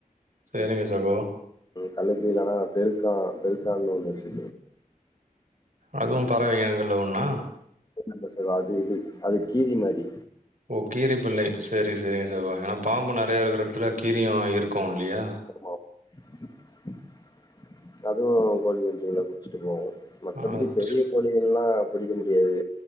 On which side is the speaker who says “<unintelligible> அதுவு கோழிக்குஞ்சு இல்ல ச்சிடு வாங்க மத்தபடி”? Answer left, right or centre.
Left